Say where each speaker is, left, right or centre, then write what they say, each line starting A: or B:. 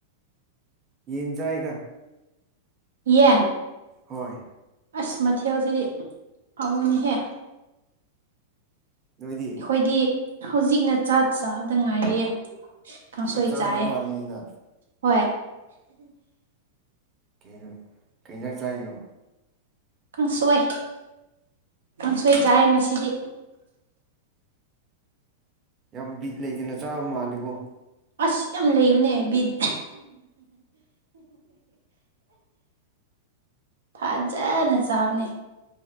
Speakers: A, on the right; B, on the right.
A: ꯌꯦꯟ ꯆꯥꯏꯗꯥ
B: ꯌꯦꯟ
A: ꯍꯣꯏ
B: ꯑꯁ ꯃꯊꯦꯜꯁꯤꯗꯤ ꯍꯥꯎꯕꯅꯤꯍꯦ
A: ꯅꯣꯏꯗꯤ
B: ꯍꯣꯏꯗꯤ ꯍꯧꯖꯤꯛꯅ ꯆꯥꯛ ꯆꯥꯕꯗ ꯉꯥꯏꯔꯤꯌꯦ ꯀꯥꯡꯁꯣꯏ
A: ꯆꯥꯛ ꯆꯥꯔꯤꯕ
B: ꯆꯥꯏꯌꯦ
A: ꯃꯥꯜꯂꯤꯅ
B: ꯍꯣꯏ
A: ꯀꯩꯅꯣ ꯀꯩ ꯏꯟꯓꯥꯡ ꯆꯥꯏꯅꯣ
B: ꯀꯥꯡꯁꯣꯏ ꯀꯥꯡꯁꯣꯏ ꯆꯥꯌꯦ ꯉꯁꯤꯗꯤ
A: ꯌꯥꯝ ꯕꯤꯠ ꯂꯩꯇꯅ ꯆꯥꯕ ꯃꯥꯜꯂꯤꯕꯣ
B: ꯑꯁ ꯌꯥꯝ ꯂꯩꯕꯅꯦ ꯕꯤꯠ ꯐꯖꯅ ꯆꯥꯕꯅꯦ